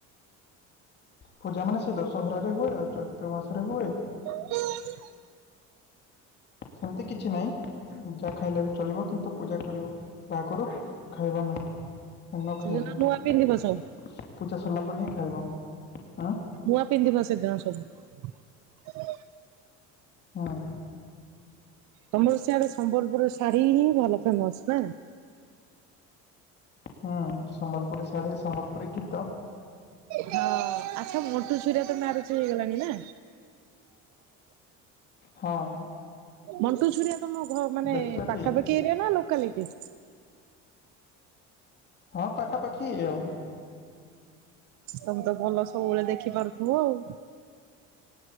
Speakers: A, on the left; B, on the right.
A: ପୂଜା ମାନେ ସେ ଦଶହରାରେ ହୁଏ ଆଉ ଚୈତ୍ର ମାସରେ ହୁଏ।
B: ହୁଁ <unintelligible>
A: ସେମିତି କିଛି ନାହିଁ ଯାହା ଖାଇଲେ ବି ଚଳିବ କିନ୍ତୁ ପୂଜା କରିବ। ବାହାଘରୁ ଖାଇବା ନୁହଁ ନ
B: ସେଦିନ
A: ଖାଇବ
B: ନୂଆ ପିନ୍ଧିବ ସବୁ
A: ପୂଜା ସରିଲା ପରେ ହିଁ ଖାଇବ ଆଁ
B: ନୂଆ ପିନ୍ଧିବ ସେଦିନ ସବୁ
A: ହଁ
B: ତମର ସିଆଡେ ସମ୍ବଲପୁର ଶାଢୀ ହିଁ ଭଲ ଫେମସ ନା
A: ହୁଁ ସମ୍ବଲପୁରୀ ଶାଢୀ, ସମ୍ବଲପୁରୀ ଗୀତ
B: ହଁ ଆଚ୍ଛା ମୋଟୁ ଛୁରୀଆ ତ ମ୍ୟାରେଜ ହେଇଗଲାଣି ନା
A: ହଁ
B: ମଣ୍ଟୁ ଛୁରିଆ ତମ ଘ ମାନେ
A: ଦେଖିଲ
B: ପାଖାପାଖି
A: କି?
B: ଏରିଆ ନା ଲୋକାଲିଟି?
A: ହଁ ପାଖାପାଖି ଇ ଆଉ।
B: ତମେ ତ ଭଲ ସବୁବେଳେ ଦେଖିପାରୁଥିବ ଆଉ।